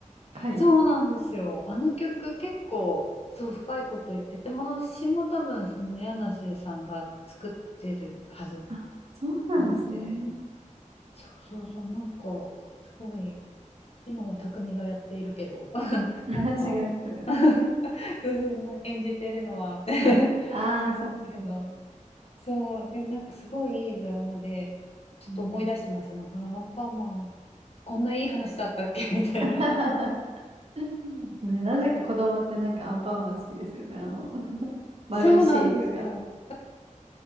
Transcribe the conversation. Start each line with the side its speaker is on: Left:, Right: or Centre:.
Right: 深いですね。
Left: そうなんですよ。あの曲結構そう深いこと言ってて、もの詞も多分その柳瀬さんが作ってるはず
Right: あ、そうなんですね。
Left: なんで、そうそうそう、なんかすごい、今は匠がやっているけど、<laughs>
Right: <laughs>
Left: なんか
Right: 違う人が。
Left: <laughs> そうそうそう、演じてるのは <laughs> 違うけど、
Right: ああ、そっかそっか。
Left: そう、でもなんかすごいいいドラマで、ちょっと思い出してました。
Right: うん
Left: なんかアンパンマン、こんないい話だったっけ <laughs> みたいな。
Right: <laughs> ね、なぜか子供ってなんかアンパンマン好きですよね。あの、丸いシェイプが。
Left: そうなんですよ。